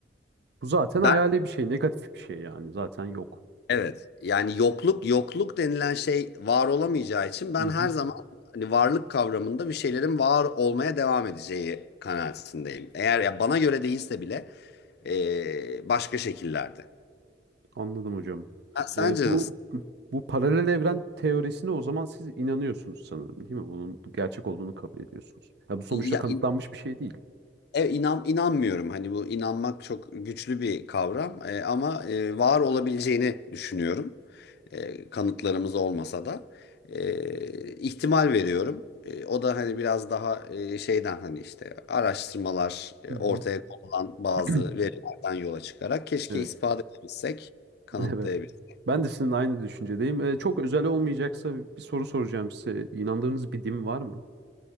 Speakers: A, on the right; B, on the left.
A: Bu zaten
B: ben
A: hayali bir şey, negatif bir şey yani. Zaten yok.
B: Evet. Yani yokluk yokluk denilen şey var olamayacağı için ben
A: Hı hı.
B: her zaman hani varlık kavramında bir şeylerin var olmaya devam edeceği kanaatindeyim. Eğer ya bana göre değilse bile eee, başka şekillerde.
A: Anladım hocam.
B: Ha, sence
A: E, bu
B: nasıl?
A: bu paralel evren teorisine o zaman siz inanıyorsunuz sanırım, değil mi? Bunun gerçek olduğunu kabul ediyorsunuz. Ya bu sonuçta
B: Ya,
A: kanıtlanmış bir şey değil.
B: E, inan inanmıyorum. Hani bu inanmak çok güçlü bir kavram E, ama e, var olabileceğini düşünüyorum. E, kanıtlarımız olmasa da E, ihtimal veriyorum. E, o da hani biraz daha e, şeyden hani işte araştırmalar e,
A: Hı hı.
B: ortaya konulan bazı
A: <clears throat>
B: verilerden yola çıkarak keşke
A: Evet,
B: ispat edebilsek, kanıtlayabilsek.
A: <laughs> evet. Ben de sizinle aynı düşüncedeyim. Ee, çok özel olmayacaksa bir soru soracağım size. İnandığınız bir din var mı?